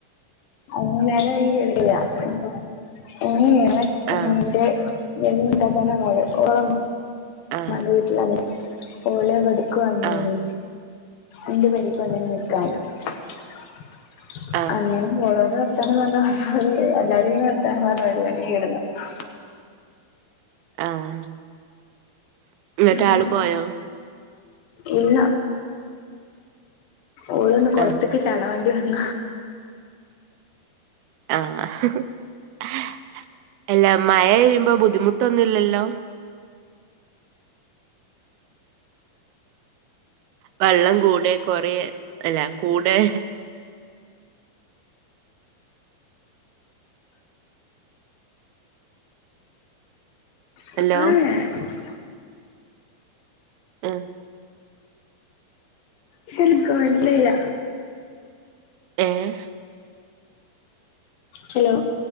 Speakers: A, on the left; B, on the right.
A: <unintelligible> <unintelligible>
B: ആഹ് ആഹ്
A: മ്മാന്റെ വീട്ടിലാണ്. ഓള് ഇവയ്ക്ക് വന്നീനി.
B: ആ.
A: ഇന്റെ പെരീക്ക് വന്നീനി നിക്കാൻ. <unintelligible>
B: ആ.
A: വർത്താനം പർഞാ <unintelligible> എല്ലാരുങനെ വർത്താനം പറഞ്ഞ് ഒരു മണിയായി കെടന്നപ്പോ
B: ആഹ് ഇന്ന്ട്ടാള്
A: ഉം
B: പോയോ?
A: ഇല്ല, ഓള്ന്ന് കൊളത്ത്ക്ക്
B: ആ.
A: ചാടാൻ വേണ്ടി വന്നീ
B: ആഹ് ഹ് ഹ് ഹ്. എല്ല മഴയ്യ്മ്പോ ബുദ്ധിമുട്ടൊന്നുല്ലല്ലോ? വള്ളം കൂടെ കൊറ്യേ അല്ല കൂടേ
A: ആഹ്
B: ഹലോ?
A: ഏ
B: ആഹ്
A: <unintelligible> മനസ്സിലായില്ല.
B: ഏഹ്
A: ഹലോ